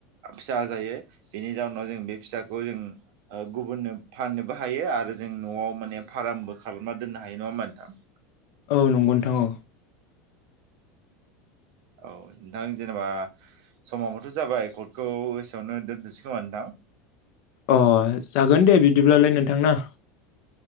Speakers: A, on the right; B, on the left.
A: फिसा जायो बेनि जाउोनाव जों बे फिसाखौ जों गुबुननो फाननोबो हायो आरो जों न'आव माने फार्मबो खालामना दोननो हायो नङा होमबा नोंथां
B: औ नंगौ नोंथां औ
A: औ नोंथां जेनेबा समाबथ' जाबाय कर्टखौ एसेआवनो दोनथ'नोसै खोमा नोंथां <inaudible>
B: अ जागोन दे बिदिब्लालाय नोंथां ना